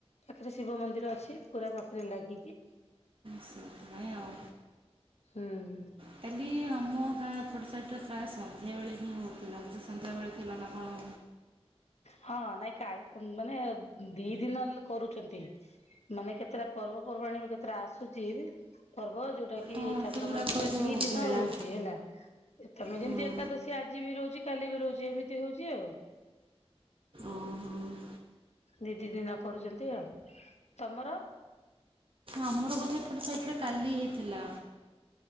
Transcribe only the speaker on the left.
ପାଖରେ ଶିବ ମନ୍ଦିର ଅଛି ପୁରା ପାଖରେ ଲାଗିକି।
ହୁଁ।
ହଁ ନାଇଁ କାଲି ମାନେ ଦି ଦିନ କରୁଚନ୍ତି, ମାନେ କେତେଟା ପର୍ବପର୍ବାଣ ବି କେତେଟା ଆସୁଚି ପର୍ବ ଯୋଉଟା କି
କି ଠାକୁରଙ୍କର
ପୂଜା
ଦି ଦିନ
ରହୁଚି ହେଲା। ତମେ
ଯେମିତି ଏକାଦଶୀ ଆଜି ବି ରହୁଚି କାଲି ବି ରହୁଚି। ଯେ ଏମିତି ହଉଚି ଆଉ।
ଦି ଦିନ କରୁଚନ୍ତି ଆଉ। ତମର?